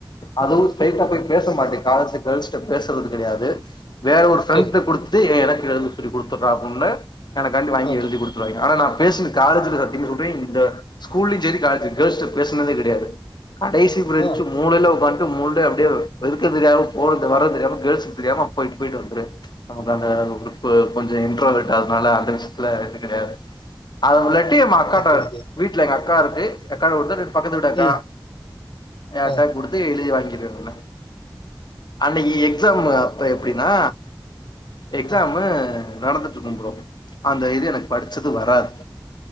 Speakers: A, on the left; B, on the left.
A: அவளும் போய் ஸ்ட்ராய்ட்டா போய் பேச மாட்டிக்குறா பாய்ஸ் கேர்ள்ஸ் கிட்ட பேசுறது கிடையாது வேற ஒரு ஃபிரெண்டு
B: சரி
A: கிட்ட குடுத்து த்து எனக்கு எழுதி சொல்லி கொடுத்துறா அப்டின்னு எனக்காண்டி வாங்கி
B: ஓகே
A: எழுதி குடுத் துருவா ஆனா நான் பேசின காலேஜ்ல சத்தியம் சொல்றேன் இந்த ஸ்கூல்லயும் சரி காலேஜ் கேர்ள்ஸ் கிட்ட பேசினதே கிடையாது கடைசி பிரஞ்சு
B: ஆ
A: மூளைல உக்காந்துட்டு மூலையா அப்டியே இருக்க தெரியாம போறது வரது தெரியாம கேர்ள்ஸ்சுக்கு தெரியாம போயிட்டு போயிட்டு வந்துருவ நமக்கு அந்த குப்பு கொஞ்சம் இன்ட்ரோ விட்ட அதனால இந்த விஷயத்துல எத்துக்கிடையாது அதுலட்டிமா அக்காட்ட
B: ஓகே ஓகே
A: வீட்ல எங்க அக்கா இருக்கு அக்காட்ட குடுப்ப இல்லாட்டி பக்கத்து விட்டக்கா
B: ம்
A: யார்ட்டயாது
B: ஆ
A: குடுத்து எழுதி வாங்கிருவ முன்ன அன்னிக்கி எக்ஸாம் அப்ப எப்டின்னா எக்ஸாமு
B: ஆ
A: நடந்துட்டு இருக்கும் ப்ரோ அந்த இது எனக்கு படிச்சது வராது